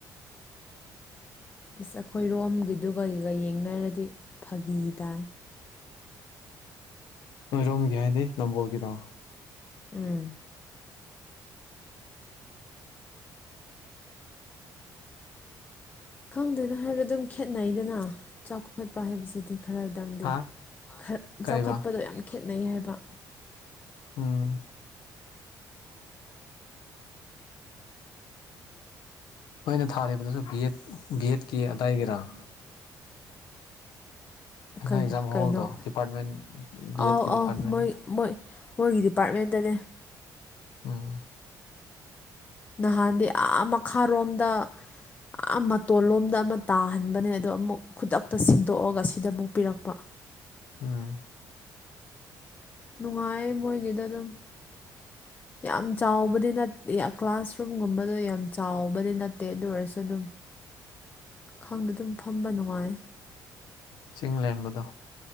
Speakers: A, on the left; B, on the left.
A: ꯑꯁ ꯑꯩꯈꯣꯏꯔꯣꯝꯒꯤꯗꯨꯒꯒ ꯌꯦꯡꯅꯔꯗꯤ ꯐꯥꯒꯤ ꯇꯥꯏ <inaudible>
B: ꯅꫭꯏꯔꯣꯝꯒꯤ ꯍꯥꯏꯗꯤ ꯅꯝꯕꯣꯒꯗ
A: ꯎꯝ ꯈꯪꯗꯅ ꯍꯥꯏꯕ ꯑꯗꯨꯝ ꯈꯦꯠꯅꯩꯗꯅ ꯆꯥꯎꯈꯠꯄ ꯍꯥꯏꯕꯁꯤꯗꯤ ꯈꯔꯗꯪꯗꯤ
B: ꯍꯥ
A: ꯈꯔ
B: ꯀꯔꯤꯕ
A: ꯆꯥꯎꯈꯠꯄꯗꯣ ꯌꯥꯝ ꯈꯦꯠꯅꯩ ꯍꯥꯏꯕ
B: ꯑꯝ ꯅꯣꯏꯅ ꯊꯥꯔꯤꯕꯗꯨꯁꯨ ꯕꯤ ꯑꯦꯠꯀꯤ ꯑꯗꯥꯏꯒꯤꯔꯥ <inaudible> ꯑꯩꯅ
A: ꯀꯩꯅꯣ
B: ꯑꯦꯛꯖꯥꯝ
A: ꯀꯩꯅꯣ
B: ꯍꯣꯜꯗ ꯗꯤꯄꯥꯔꯠꯃꯦꯟ ꯕꯤ
A: ꯑꯥꯎ
B: ꯑꯦꯠꯀꯤ
A: ꯑꯥꯎ
B: ꯗꯤꯄꯥꯔꯠꯃꯦꯟ
A: ꯃꯣꯏ ꯃꯣꯏ ꯃꯣꯏꯒꯤ ꯗꯤꯄꯥꯔꯠꯃꯦꯟꯇꯅꯦ
B: ꯎꯝ
A: ꯅꯍꯥꯟꯗꯤ ꯑꯥ ꯃꯈꯥꯔꯣꯝꯗ ꯐ ꯃꯇꯣꯟ ꯂꯣꯝꯗ ꯑꯃ ꯇꯥꯍꯟꯕꯅꯦ ꯑꯗꯣ ꯑꯃꯨꯛ ꯈꯨꯗꯛꯇ ꯁꯤꯟꯗꯣꯛꯑꯒ ꯁꯤꯗ ꯑꯃꯨꯛ ꯄꯤꯔꯛꯄ
B: ꯑꯝ
A: ꯅꯨꯡꯉꯥꯏꯌꯦ ꯃꯣꯏꯒꯤꯗ ꯑꯗꯨꯝ ꯌꯥꯝ ꯆꯥꯎꯕꯗꯤ ꯀ꯭ꯂꯥꯁꯔꯨꯝꯒꯨꯝꯕꯗꯣ ꯌꯥꯝ ꯆꯥꯎꯕꯗꯤ ꯅꯠꯇꯦ ꯑꯗꯨ ꯑꯣꯏꯔꯁꯨ ꯑꯗꯨꯝ ꯈꯪꯗ ꯑꯗꯨꯝ ꯐꯝꯕ ꯅꯨꯡꯉꯥꯏ
B: ꯆꯤꯡ ꯂꯦꯝꯕꯗꯣ